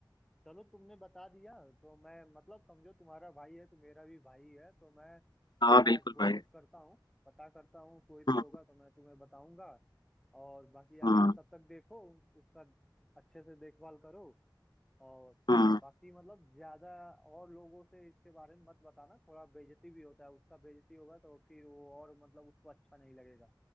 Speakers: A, in the centre; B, on the left.
A: चलो तुमने बता दिया तो मैं मतलब समझो तुम्हारा भाई है तो मेरा भी भाई है तो मैं
B: हाँ
A: पूरा
B: बिल्कुल
A: कोशिश
B: भाई
A: करता हूँ पता करता हूँ कोई भी
B: हम्म
A: होगा तो मैं तुम्हें बताऊंगा और बाकी अभी
B: हम्म
A: तब तक देखो उसका अच्छे से देखभाल करो और
B: हम्म।
A: बाकी मतलब ज्यादा और लोगों से इसके बारे में मत बताना थोड़ा बेइज्जती भी होता है उसका बेइज्जती होगा तो फिर वो और मतलब उसको अच्छा नहीं लगेगा